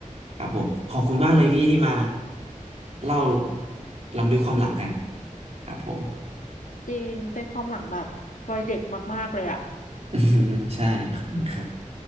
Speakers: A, on the right; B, on the left.
A: ครับผม ขอบคุณมากเลยพี่ที่มาเล่าล้ำลึกความหลังกันครับผม
B: จริงเป็นความหลังแบบวัยเด็กมากๆเลยอ่ะ
A: <laughs> อืมใช่ขอบคุณครับ